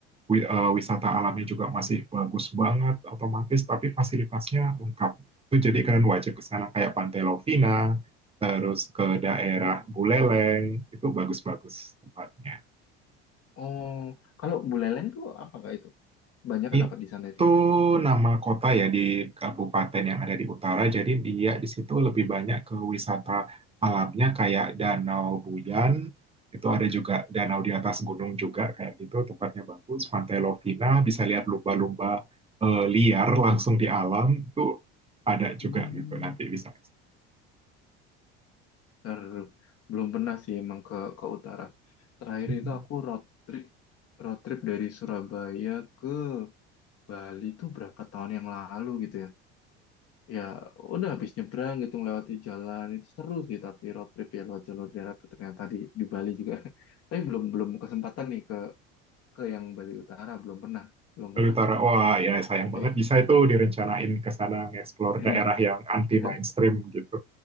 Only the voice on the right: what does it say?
Wi- eh, wisata alamnya juga masih bagus banget otomatis, tapi fasilitasnya lengkap itu jadi kalian wajib ke sana kayak Pantai Lovina, terus ke daerah
Buleleng, itu bagus-bagus tempatnya.
Itu
nama kota ya di kabupaten yang ada di utara, jadi dia di situ lebih banyak ke wisata alamnya kayak Danau Buyan, itu ada juga danau di atas gunung juga kayak gitu, tempatnya bagus. Pantai Lovina bisa lihat lumba-lumba eh, liar langsung di alam, itu ada
juga gitu nanti bisa.
<laughs>
Bali
Utara. Wah, ya sayang
banget bisa itu direncanain ke sana nge-explore
daerah yang anti
mainstream gitu.